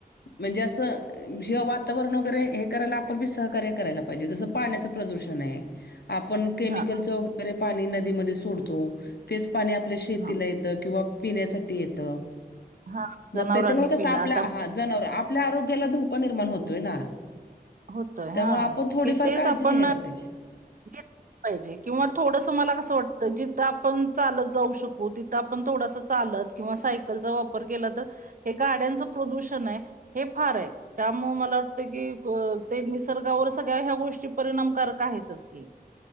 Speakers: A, on the left; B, on the right.
A: म्हणजे असं हे वातावरण वगैरे हे करायला आपण बी सहकार्य करायला पाहिजे जसं पाण्याचं प्रदूषण आहे आपण केमिकलचं
B: हा
A: वगैरे पाणी नदीमध्ये सोडतो तेच पाणी आपल्या शेतीला
B: हा
A: येतं किंवा पिण्यासाठी येतं
B: हा जनावरांनी
A: मग त्याच्यामुळे कसं
B: पिला
A: आपल्या
B: आता
A: हा जनावर आपल्या आरोग्याला धोका निर्माण होतोय ना.
B: होतोय हा
A: त्यामुळे आपण थोडीफार
B: कि तेच
A: काळजी
B: आपण
A: घ्यायला पाहिजे.
B: <unintelligible> पाहिजे किंवा थोडस मला कसं वाटतं जिथं आपण चालत जाऊ शकू तिथं आपण थोडसं चालत किंवा सायकलचा वापर केला तर हे गाड्यांचं प्रदूषण आहे हे फार आहे. त्यामुळे मला वाटतं की ते निसर्गावर सगळ्या ह्या गोष्टी परिणामकारक आहेतच. ती.